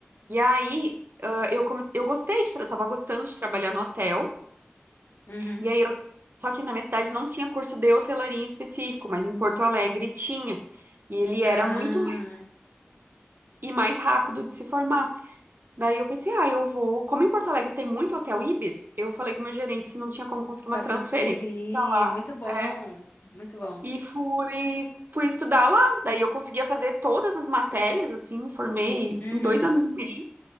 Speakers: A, on the right; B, on the left.
A: E aí, ah, eu comecei, eu gostei de, tra- tava gostando de trabalhar no hotel.
B: Uhum.
A: E aí eu. Só que na minha cidade não tinha curso de hotelaria em específico, mas em Porto Alegre tinha. E ele
B: Ah,
A: era muito mais, e mais rápido de se formar. Daí eu pensei, ah, eu vou. Como em Porto Alegre tem muito hotel Ibis, eu falei com o meu gerente se não tinha como conseguir uma
B: pra
A: transferência
B: transferir.
A: pra lá.
B: Muito bom.
A: É.
B: Muito bom.
A: E fui, fui estudar lá. Daí eu conseguia fazer todas as matérias, assim, me formei
B: Uhum.
A: em dois anos e meio,